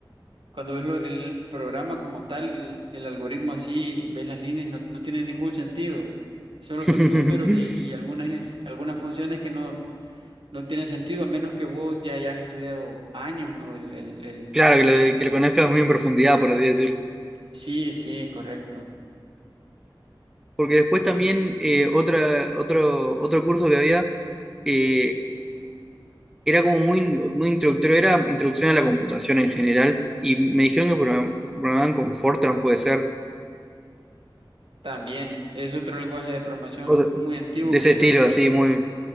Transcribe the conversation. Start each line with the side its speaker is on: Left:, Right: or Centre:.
Right: cuando ves lo- el programa como tal, el, el algoritmo así, y ves las líneas, no, no tiene ningún sentido. Solo
Centre: <laughs>
Right: son números y, y algunas, algunas funciones que no, no tienen sentido, a menos que vos ya hayas estudiado años, ¿no? El, el, el...
Centre: Claro, que lo, que lo conozcas muy en profundidad, por así decirlo.
Right: Sí, sí, correcto.
Centre: Porque después también eh, otra, otro, otro curso que había eh, era como muy, muy introductorio, era introducción a la computación en general, y
Right: Ujú.
Centre: me dijeron que program- programaban con Fortran, puede ser,
Right: También es otro lenguaje de programación
Centre: otro-
Right: muy antiguo
Centre: de
Right: que
Centre: ese
Right: ya
Centre: estilo,
Right: casi...
Centre: así, muy...